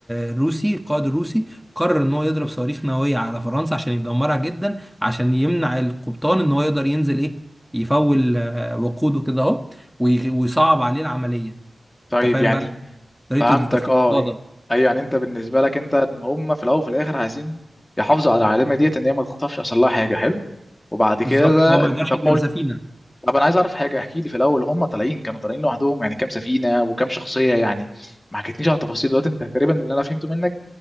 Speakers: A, in the centre; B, on the left (about 25°).
A: الروسي القائد الروسي قرر ان هو يضرب صواريخ نوويه على فرنسا عشان يدمرها جدا عشان يمنع القبطان ان هو يقدر ينزل ايه يفول آه، وقوده كده اهو وي- ويصعب عليه العمليه
B: طيب
A: انت فاهم
B: يعني
A: بقى طريقه
B: فهمتك
A: التفكير
B: اه
A: القاده
B: ايوه يعني انت بالنسبه لك انت ان هم في الاول وفي الاخر عايزين يحافظوا على العالمه ديت ان هي ما تخطفش اصل لها حاجه حلو وبعد كده
A: بالظبط هو ما
B: إن-
A: يقدرش
B: طب
A: يضرب
B: ما قلت
A: سفينه
B: طب انا عايز اعرف حاجه احكي لي في الاول هم طالعين كانوا طالعين لوحدهم يعني كام سفينه وكام شخصيه يعني ما حكيتنيش على التفاصيل دلوقتي انت تقريبا اللي انا فهمته منك